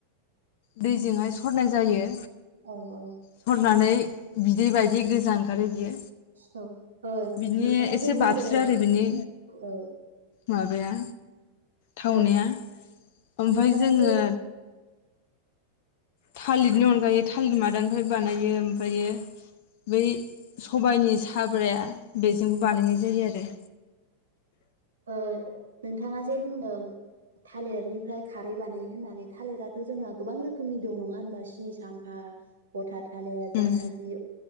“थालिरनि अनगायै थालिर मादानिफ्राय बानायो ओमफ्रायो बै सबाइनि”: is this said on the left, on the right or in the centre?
Left